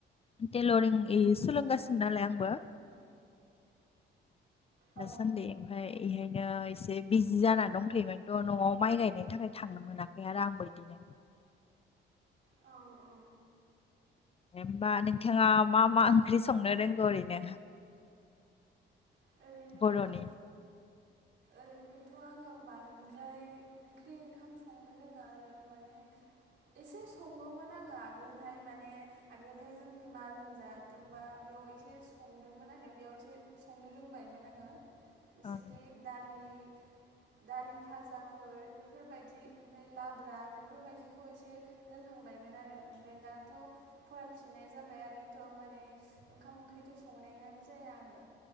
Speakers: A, on the left; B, on the right.
A: टेलरिं इ सोलोंगासिनो नालाय आंबो।
B: औ
A: दासानदि ओमफाय एहायनो एसे बिजि जाना दंथ'योमोनथ' न'आव माइ गायनायनि थाखाय थांनो मोनाखै आरो आंबो बिदिनो
B: औ औ
A: होमबा नोंथाङा मा मा ओंख्रि संनो रोंगौ ओरैनो
B: ओरैनो
A: बर'नि
B: ओरैनोथ' आङो बांद्राय ओंख्रि ओंखाम संनो रोङा आरो माने एसे सङोमोन आङो आगोलहाय माने आगोलहाय जोंनि मा लोमजादोंबा बेयाव एसे संदोंमोन आरो बेयावससे संनो रोंबायमोन आङो जेसेखि
A: ओं
B: दालि दालि फाजाफोर बेफोरबायदि ओमफ्राय लाब्रा बेफोरबायदिखौ एसे रोंहांबायमोन आरो ओमफ्राय दाथ' फरायफिननाय जाबाय आरो थ' माने ओंखाम ओंख्रिथ' संनायानो जाया आङो।